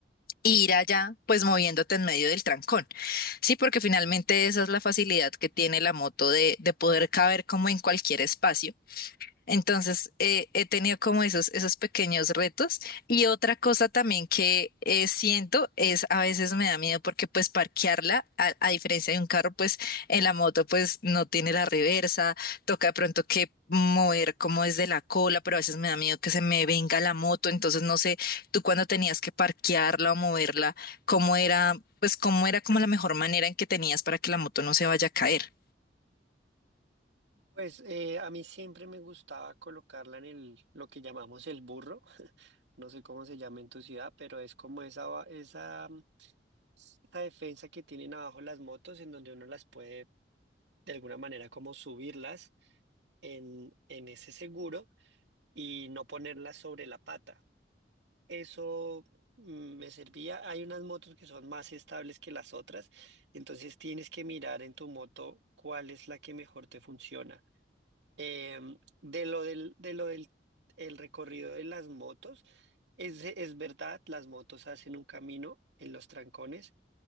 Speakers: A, on the left; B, on the right.
A: e ir allá, pues moviéndote en medio del trancón. Sí, porque finalmente esa es la facilidad que tiene la moto de, de poder caber como en cualquier espacio. Entonces, eh, he tenido como esos, esos pequeños retos. Y otra cosa también que eh, siento es a veces me da miedo porque pues parquearla, a, a diferencia de un carro, pues en la moto pues no tiene la reversa, toca de pronto que mover como desde la cola, pero a veces me da miedo que se me venga la moto. Entonces, no sé, tú cuando tenías que parquearla o moverla, ¿cómo era, pues cómo era como la mejor manera en que tenías para que la moto no se vaya a caer?
B: Pues eh, a mí siempre me gustaba colocarla en el, lo que llamamos el burro. no sé cómo se llama en tu ciudad, pero es como esa, va- esa, mm, esa defensa que tienen abajo las motos en donde uno las puede de alguna manera como subirlas en, en ese seguro y no ponerlas sobre la pata. Eso mm, me servía. Hay unas motos que son más estables que las otras, entonces tienes que mirar en tu moto cuál es la que mejor te funciona. Em, de lo del, de lo del el recorrido de las motos, es, es verdad, las motos hacen un camino en los trancones